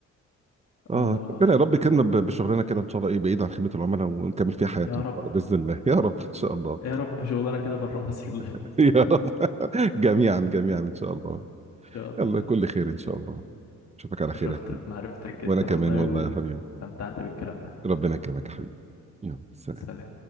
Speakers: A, on the right; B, on the left.
A: اه
B: آه
A: ربنا يا رب يكرمنا ب- بشغلنا كده ان شاء الله ايه بعيد عن خدمه العملاء ونكمل فيها حياتنا
B: يا
A: ان
B: رب
A: شاء الله باذن الله <laughs> يا رب ان شاء الله
B: يا رب شغلانة كده بره مصر والله
A: <laughs>
B: <laughs> إن
A: يا رب <laughs> جميعا جميعا ان شاء الله
B: شاء الله
A: يلا كل خير ان شاء الله اشوفك على
B: شرفت
A: خير يا حبيبي
B: بمعرفتك
A: وانا
B: جدا
A: كمان
B: والله
A: والله يا حبيبي
B: واستمتعت بالكلام معك
A: ربنا يكرمك يا حبيبي يلا سلام
B: سلام